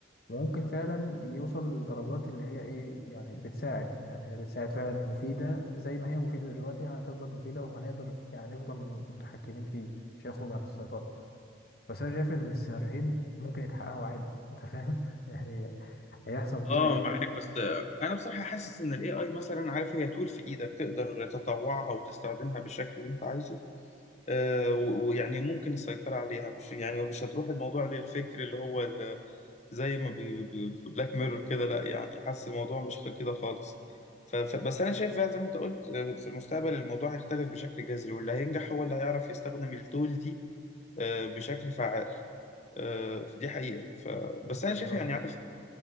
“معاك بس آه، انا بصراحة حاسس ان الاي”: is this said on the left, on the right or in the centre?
Left